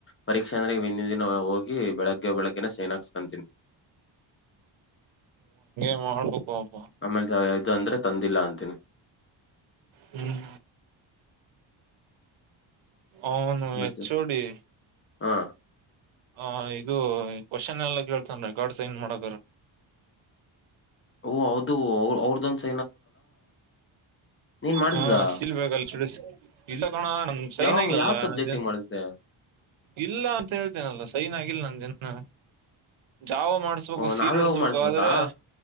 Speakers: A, on the left; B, on the right.
A: ಪರೀಕ್ಷೆ ಅಂದ್ರೆ ಹಿಂದಿನ್ ದಿನ ಹೋಗಿ ಬೆಳಗ್ಗೆ ಬೆಳಗ್ಗೆನ ಸೈನ್ ಹಾಸ್ಕಂತೀನಿ.
B: ಮಾಡ್ಬಕೋ
A: ಆಮೇಲ್ ಇದ್ ಅಂದ್ರೆ ತಂದಿಲ್ಲ ಅಂತೀನಿ.
B: ಹ್ಮ್ ಅವ್ನು
A: ಮತ್ತೆ
B: ಎಚ್ ಓ ಡಿ
A: ಹಾ
B: ಹ ಇದು ಕ್ವಶನ್ ಎಲ್ಲ ಕೇಳ್ತಾನ ರೆಕಾರ್ಡ್ ಸೈನ್ ಮಾಡಕಾರ.
A: ಓ ಹೌದು ಅವ್ರದೊಂದ್ ಸ್ ನೀನ್ ಮಾಡ್ಸ್ದಾ?
B: ಹಾ ಸಿಲ್ಬೇಕಲ್ಲ ಎಚ್ ಓ ಡಿ ಸಿ ಇಲ್ಲ ಣ ನಮ್ ಸೈನ್
A: ಯಾವಾಗ್
B: ಆಗಿಲ್ಲಲ್ಲ
A: ಯಾವ್ ಸಬ್ಜೆಕ್ಟಿಗ್
B: ಅಂದೆ
A: ಮಾಡಿಸ್ದೆ?
B: ಇಲ್ಲ ಅಂತ ಹೇಳ್ತೇನಲ್ಲ ಸೈನ್ ಆಗಿಲ್ಲ ನಂದಿನ್ ಹಾ ಜಾವ ಮಾಡ್ಸ್ಬೇಕು
A: ಓ
B: ಸೀಲ್
A: ನಾವೇ
B: ಹೊಡ್ಸ್ಬೇಕು
A: ಹೋಗ್ ಮಾಡಿಸ್ಬೇಕಾ?
B: ಆದ್ರೆ